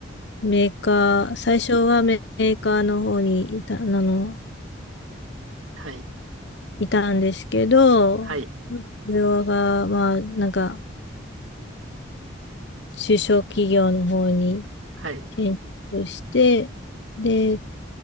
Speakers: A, on the left; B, on the right.
A: メーカー、最初はメーカーの方にいた、あの、
B: はい、
A: いたんですけど、
B: はい、
A: それが、まあ、なんか、中小企業の方に
B: はい。
A: 転職して、で、